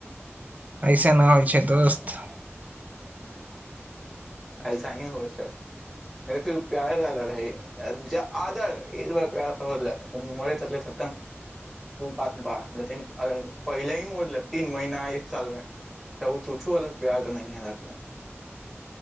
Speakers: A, on the right; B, in the centre.
A: अइसे नहि होइ छै दोस्त
B: ऐसा ही होऐस फिर प्यारे रहै एकार प्याराम त बात लिन पहिले ही तीन महीना एक साल मे तबूछ प्यार तऽ <inaudible>